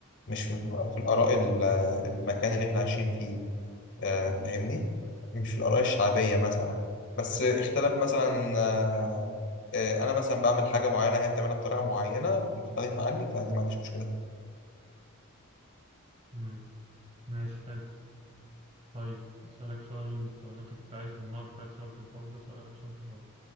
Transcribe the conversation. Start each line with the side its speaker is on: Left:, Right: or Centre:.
Left: مش في في الاراء ال- آه، المكان اللي احنا عايشين فيه آه، فاهمني مش في الاراء الشعبية مثلا بس آه، اختلاف مثلا آه، آه، انا مثلا بعمل حاجه معينه هي بتعملها بطريقه معينه مختلفه عني فدي ما عنديش مشكله فيها
Right: مم. ماشي حلو طيب أسألك سؤال طالما أنت كنت عايز المرة اللي فاتت سؤال في الحب أسألك سؤال في الحب